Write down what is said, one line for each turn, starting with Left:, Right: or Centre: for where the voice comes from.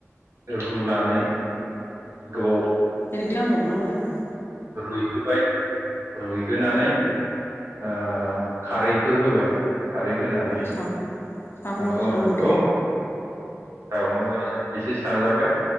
Right: रुनानै गोबाव
Left: एग्लिनांगौ ना मा जाखो
Right: रुइहोबाय रुइहोनानै ओ खारैफोर होबाय खारै होनानै
Left: सा सागंजों
Right: मा खालामनांगौ
Left: सानांगौ
Right: सागंजों एसे साजाबाय